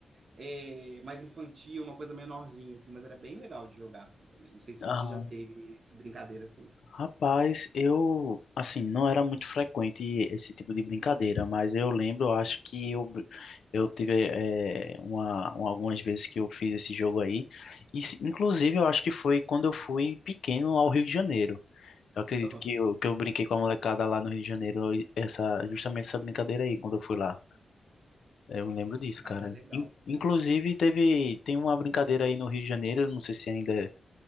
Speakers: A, on the right; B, on the left.
A: é, mais infantil, uma coisa menorzinha, assim, mas era bem legal de jogar assim, também. Não sei se
B: Ah.
A: você já teve essa brincadeira assim.
B: Rapaz, eu, assim, não era muito frequente esse tipo de brincadeira, mas eu lembro, eu acho que eu, eu tive eh, uma, uma- algumas vezes que eu fiz esse jogo aí, e, se- inclusive eu acho que foi quando eu fui pequeno ao Rio de Janeiro. Eu acredito
A: <laughs>
B: que eu, que eu brinquei com a molecada lá no Rio de Janeiro, e essa, justamente essa brincadeira aí, quando eu fui lá. Eu me lembro disso, cara.
A: Ah, era legal.
B: In- Inclusive, teve, tem uma brincadeira aí no Rio de Janeiro, eu não sei se ainda,